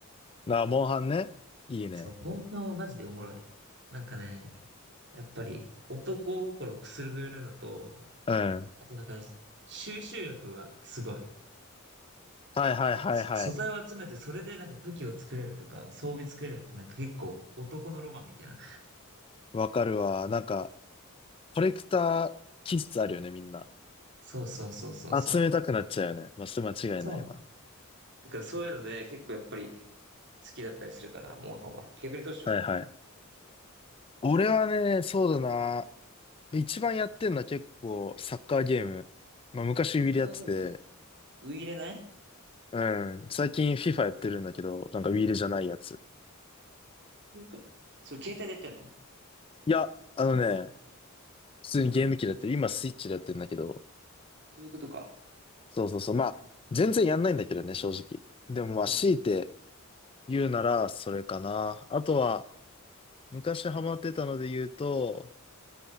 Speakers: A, on the left (about 25°); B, on the right (about 55°).
A: な、モンハンね。いいね。
B: そう、モンハンはマジでおもろい。なんかね、やっぱり、男心をくすぐるのと、
A: うん。
B: あとなんかね、収集力はすごい。
A: はいはいはいはい。
B: やっぱそ素材を集めて、それでなんか武器を作れるとか、装備作れるってなんか結構男のロマンみたいな。
A: わかるわ。なんか、コレクター気質あるよね、みんな。
B: そうそうそうそうそうそう。
A: 集めたくなっちゃうよね。まあ、それ間違いないわ。
B: そうなのだからそういうので結構やっぱり好きだったりするかな、モンハンは。逆にどうしよう。
A: はいはい。俺はね、そうだな。一番やってんのは結構サッカーゲーム。まあ昔ウィールやってて、
B: カーゲーム。ウイイレね
A: うん。最近 FIFA やってるんだけど、なんかウィールじゃないやつ。
B: いいか。それ携帯でやってんの
A: いや、あのね、普通にゲーム機でやってる。今スイッチでやってるんだけど。
B: そういうことか。
A: そうそうそう。まあ、全然やんないんだけどね、正直。でもまあ、
B: うん。
A: 強いて言うならそれかな。あとは、昔ハマってたので言うと、